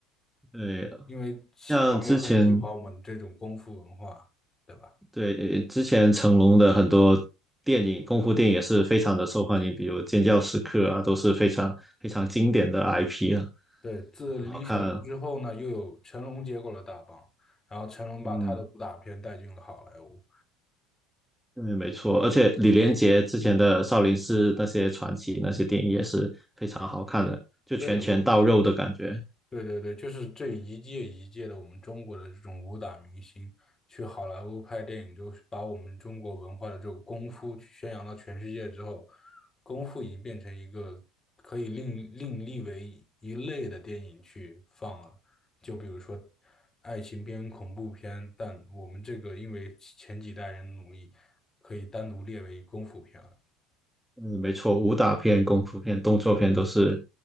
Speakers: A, in the centre; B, on the left.
A: 对，
B: 因为西方也很喜欢我们这种功夫文化，
A: 像之前
B: 对吧？
A: 对之前成龙的很多电影，功夫电影也是非常的受欢迎，比如《尖叫时刻》啊，都是非常非常经典的 IP 啊，
B: 对，自李小龙之后呢，
A: 很好看啊。
B: 又有成龙接过了大棒，然后成龙把他的武打片带进了好莱坞。
A: 嗯。对，没错，而且李连杰之前的少林寺那些传奇那些电影也是非常好看的，就拳拳到肉的感觉。
B: 对，我。对对对，就是这一届一届的我们中国的这种武打明星去好莱坞拍电影，就是把我们中国文化的这种功夫去宣扬到全世界之后，功夫已经变成一个可以另另立为一类的电影去放了。就比如说爱情片、恐怖片，但我们这个因为前几代人努力，可以单独列为功夫片了。
A: 嗯，没错，武打片、功夫片、动作片都是
B: 那